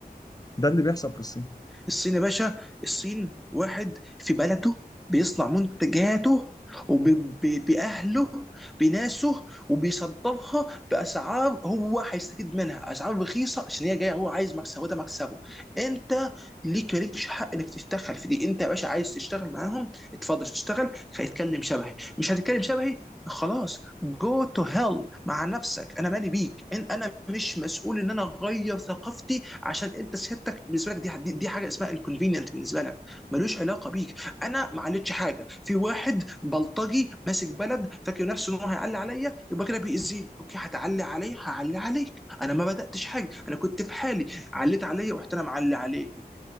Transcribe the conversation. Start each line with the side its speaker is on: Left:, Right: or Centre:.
Left: ده اللي بيحصل في الصين
Centre: الصين يا باشا الصين واحد في بلده بيصنع منتجاته وبأهله بناسه وبيصدرها بأسعار هو هيستفيد منها أسعار رخيصة عشان هي جاية هو عايز مكسبه ده مكسبه أنت ليك مالكش حق إنك تتدخل في دي أنت يا باشا عايز تشتغل معاهم اتفضل تشتغل هيتكلم شبهي مش هتتكلم شبهي خلاص جو تو هيل مع نفسك انا مالي بيك إن- انا مش مسؤول ان انا اغير ثقافتي عشان انت سيادتك بالنسبه لك دي دي, دي حاجه اسمها انكونفينينت بالنسبه لك ملوش علاقه بيك انا ما عليتش حاجه في واحد بلطجي ماسك بلد فاكر نفسه ان هو هيعلي عليا يبقى كده بيأذيني اوكي هتعلي عليا هعلي عليك انا ما بداتش حاجه انا كنت في حالي عليت عليا ورحت انا معلي عليك